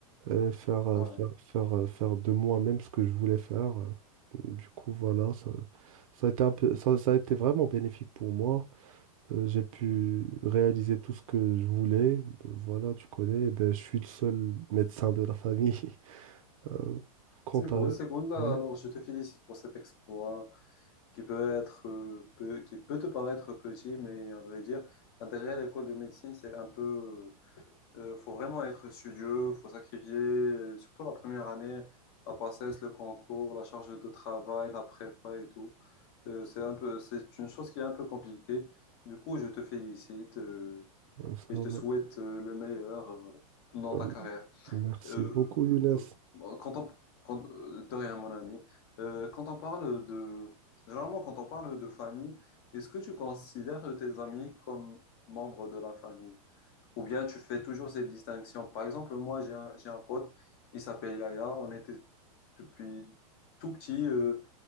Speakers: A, on the right (about 60°); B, on the left (about 40°).
A: euh, faire, euh,
B: ouais.
A: faire, faire, euh, faire de moi-même ce que je voulais faire. euh. Du coup, voilà, ça, ça a été un peu, ça, ça a été vraiment bénéfique pour moi. Euh, j'ai pu réaliser tout ce que je voulais. Voilà, tu connais, eh ben, je suis le seul médecin de la famille. <laughs> Euh, quant
B: C'est cool,
A: à...
B: c'est cool. Bah,
A: Ouais,
B: Alors, je te félicite pour cet exploit qui peut être, euh, peu- qui peut te paraître petit, mais à vrai dire, derrière l'école de médecine, c'est un peu, euh, euh, faut vraiment être studieux, faut sacrifier, euh, surtout la première année, la passesse, le concours, la charge de travail, la prépa et tout. Euh, c'est un peu, c'est une chose qui est un peu compliquée. Du coup, je te félicite, euh,
A: ouais, ça
B: et
A: va.
B: je te souhaite, euh, le meilleur, euh, dans
A: Euh,
B: ta carrière.
A: merci
B: Euh,
A: beaucoup, Younes.
B: quand on, quand, euh, de rien, mon ami, Euh, quand on parle de, généralement, quand on parle de famille, est-ce que tu considères tes amis comme membres de la famille? Ou bien tu fais toujours cette distinction? Par exemple, moi, j'ai un, j'ai un pote, il s'appelle Yaya, on était depuis tout petit, euh,